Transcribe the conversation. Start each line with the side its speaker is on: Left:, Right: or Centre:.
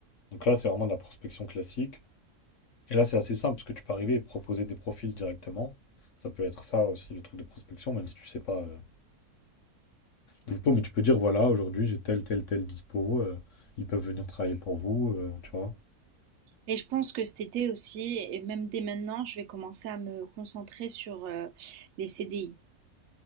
Left: Donc là, c'est vraiment de la prospection classique. Et là, c'est assez simple parce que tu peux arriver et proposer des profils directement. Ça peut être ça aussi, le truc de prospection, même si tu sais pas euh, les dispo, mais tu peux dire voilà, aujourd'hui j'ai tel, tel, tel dispo, euh, ils peuvent venir travailler pour vous, euh, tu vois.
Right: Et je pense que cet été aussi, et même dès maintenant, je vais commencer à me concentrer sur euh, les CDI.